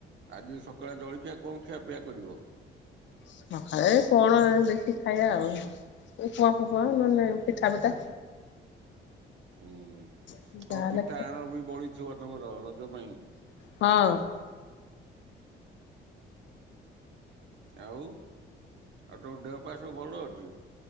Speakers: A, on the right; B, on the left.
A: ଆଜି ସକାଳେ ଜଳଖିଆ କଣ ଖିଆ ପିଆ କରିବ?
B: ସକାଳେ କଣ ଦେଖି ଖାଇବା ଆଉ। ଉପମା ଫୁପମା ନହେନେ ପିଠା ପିଠା।
A: ହୁଁ
B: ଯାହାହେଲେ
A: ହଁ ପିଠା ଆଣ ବି ବଳିଥିବ ତମର ରଜ ପାଇଁ।
B: ହଁ।
A: ଆଉ ଆଉ ତମ ଦେହ ପା ସବୁ ଭଲ ଅଛି?